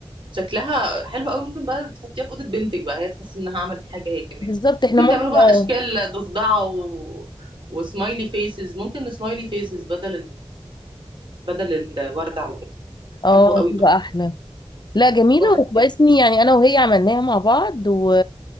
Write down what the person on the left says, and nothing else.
بالظبط احنا
ممكن
اه
اه
تبقى
احلى لا جميله
وتبقى اسمي يعني انا وهي عملناها مع بعض و...